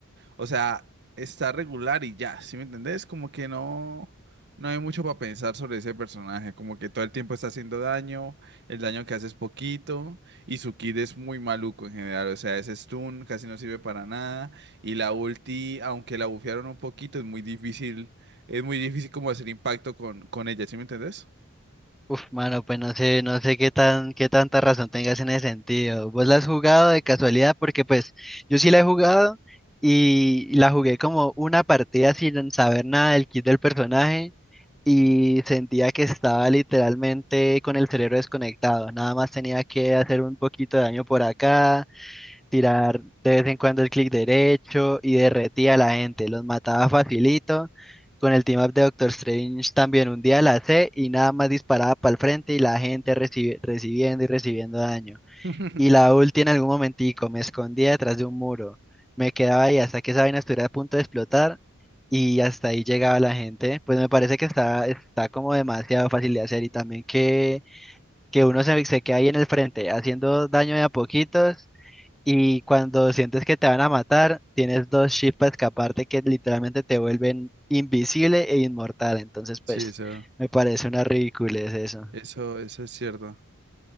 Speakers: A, on the right; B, in the centre.
A: o sea, está regular y ya, ¿sí me entendés? Como que no, no hay mucho para pensar sobre ese personaje, como que todo el tiempo está haciendo daño, el daño que hace es poquito, y su kit es muy maluco en general, o sea, ese stun casi no sirve para nada, y la ulti, aunque la bufearon un poquito, es muy difícil, es muy difícil como hacer impacto con, con ella, ¿sí me entendés?
B: Uf, mano, pues no sé, no sé qué tan, qué tanta razón tengas en ese sentido. ¿Vos la has jugado de casualidad? Porque pues yo sí la he jugado y la jugué como una partida sin saber nada del kit del personaje y sentía que estaba literalmente con el cerebro desconectado. Nada más tenía que hacer un poquito de daño por acá, tirar de vez en cuando el clic derecho y derretía a la gente, los mataba facilito. Con el team up de Doctor Strange también un día la C y nada más disparaba para el frente y la gente recibi- recibiendo y recibiendo daño.
A: <laughs>
B: Y la ulti en algún momentico me escondía detrás de un muro. Me quedaba ahí hasta que esa vaina estuviera a punto de explotar y hasta ahí llegaba la gente. Pues me parece que está, está como demasiado fácil de hacer y también que, que uno se, se queda ahí en el frente haciendo daño de a poquitos y cuando sientes que te van a matar, tienes dos chips para escaparte que literalmente te vuelven invisible e inmortal. Entonces, pues,
A: Sí, eso,
B: me parece una ridiculez eso.
A: eso, eso es cierto.